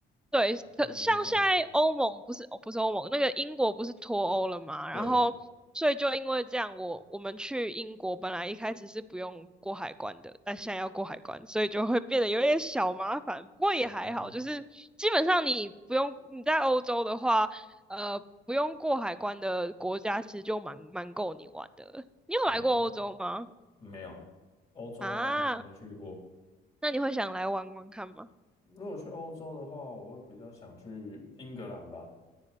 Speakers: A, in the centre; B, on the left.
A: 对，
B: 哦，
A: 可像现在欧盟不是，
B: 原来是这样，
A: 哦，不是欧盟，那个英国不是脱欧了嘛？
B: 对，
A: 然后，所以就因为这样，我我们去英国本来一开始是不用过海关的，但现在要过海关，所以就会变得有点小麻烦。不过也还好，
B: 哦，
A: 就是基本上你不用你在欧洲的话，呃，不用过海关的国家其实就蛮蛮够你玩的了。你有来过欧洲吗？
B: 哦，没有，欧洲还没还没去过。
A: 啊，那你会想来玩玩看吗？
B: 如果去欧洲的话，我会比较想去英格兰吧。